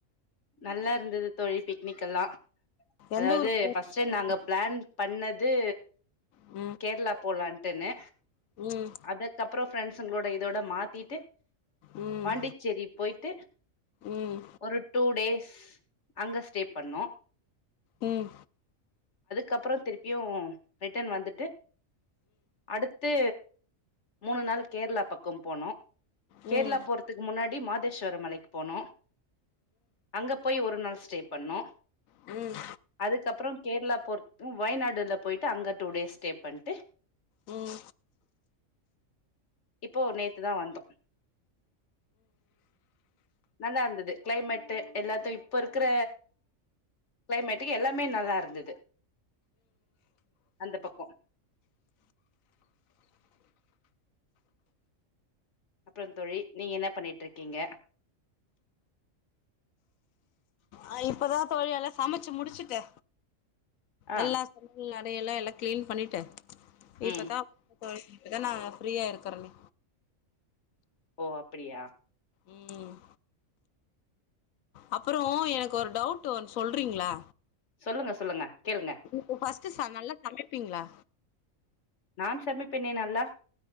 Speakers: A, on the left (about 60°); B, on the left (about 85°).
A: நல்லா இருந்தது தோழி பிக்னிக் எல்லா அதாவது
B: எந்த ஊருக்கு
A: ஃபர்ஸ்ட் டைம்
B: போனீங்க
A: நாங்க ப்ளான் பண்ணது
B: ம்
A: கேர்ளா போலான்ட்டுன்னு
B: ம்
A: அதுக்கப்றோ ஃப்ரெண்ட் பசங்ளோட இதோட மாத்திட்டு
B: ம் ம்
A: பாண்டிச்சேரி போயிட்டு
B: ம்
A: ஒரு டூ டேஸ் அங்க ஸ்டே பண்ணோ
B: ம் ம்
A: கப்றோ திருப் பியு ரிட்டன் வந்துட் அடுத்து மூணு நாள் கேர்ளா பக்கம் போனோ கேர்ளா
B: ம்
A: போறதுக்கு முன்னாடி மாத் தேஸ்வர மலைக்கு போனோ அங்க போய் ஒரு நாள் ஸ்டேப் பண்ணோ
B: ம்
A: அதுக்கப்ரோ கேர்ளா போர் வயநாடுல்ல போயிட்டு அங்க டூ டேஸ் ஸ்டே பண்டு
B: ம்
A: இப்போ நேத்துதா வந்தோ நல்லா இருந்துது கிளைமேட்டு் எல்லாத்த இப்ப இருக்கிற கிளைமேட்டுக்கு எல்லாமே நல்லா இருந்தது அந்த பக் அப்ற தோழி நீங்க என்ன பண்ணிட்டு இருக்கீங்க
B: நா இப்பதா தொழி எல சமைச்சு முடிச்சுட்டு
A: ஆ
B: எல்லா <unintelligible> எல்லா எல்லா கிளீன் பண்ணிட்டு இப்பதா
A: ம்
B: தோ இப்ப நா ஃப்ரீயா இருக்கறனே
A: ஓ அப்டியா
B: ம் அப்பறோ எனக்கு ஒரு டவுட் ஒன் சொல்றீங்களா
A: சொல்லுங்க சொல்லுங்க கேளுங்க
B: <unintelligible> ஸ்ட் நல்லா சமைப்பிங்களா
A: நா செமிப்பேனே நல்லா